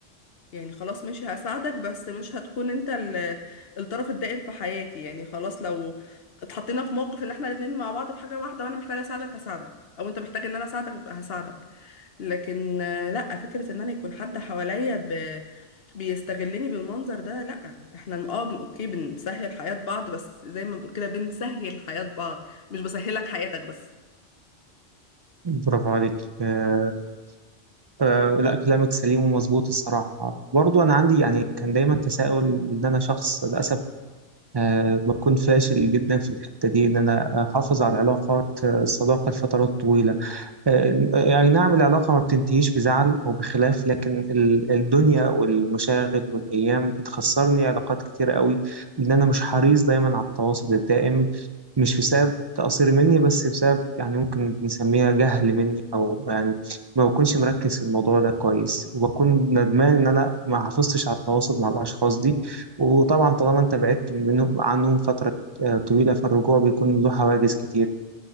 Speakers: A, on the left (about 60°); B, on the right (about 40°).
A: يعني خلاص ماشي هساعدك بس مش هتكون انت ال- الطرف الدائم في حياتي يعني خلاص لو اتحطينا في موقف ان احنا الاتنين مع بعض في حاجة واحدة وانا محتاجة اساعدك هساعدك او انت محتاج ان انا اساعدك هساعدك لكن آه، لا فكرة ان انا يكون حد حواليا ب... بيستغلني بالمنظر ده لا احنا اه بن اوكي بنسهل حياة بعض بس زي ما بنقول كده بنسهل حياة بعض مش بسهلك حياتك بس
B: برافو عليك آه، آه، لا كلامك سليم ومظبوط الصراحة برضو أنا عندي يعني كان دايما تساؤل إن أنا شخص للأسف آه، بكون فاشل جدا في الحتة دي إن أنا أحافظ على العلاقات آه، الصداقة لفترات طويلة يعني نعم العلاقة ما بتنتهيش بزعل أو بخلاف لكن ال- الدنيا والمشاغل والأيام بتخسرني علاقات كتيرة قوي لأن أنا مش حريص دايما على التواصل الدائم مش بسبب تقصير مني بس بسبب يعني ممكن نسميها جهل مني أو يعني ما بكونش مركز في الموضوع ده كويس وبكون ندمان إن أنا ما حافظتش على التواصل مع الأشخاص دي وطبعا طالما أنت بعدت منهم عنهم فترة آه، طويلة فالرجوع بيكون له حواجز كتير